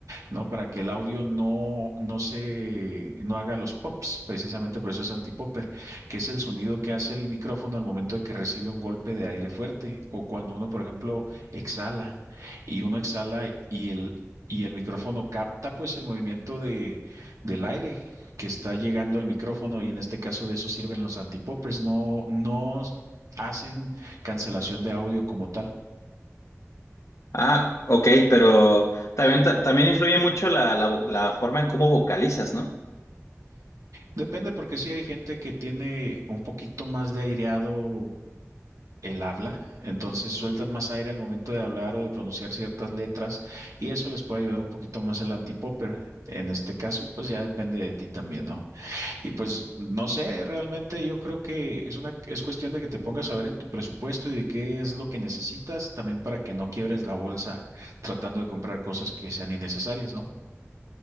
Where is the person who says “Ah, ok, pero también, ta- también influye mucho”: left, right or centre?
Left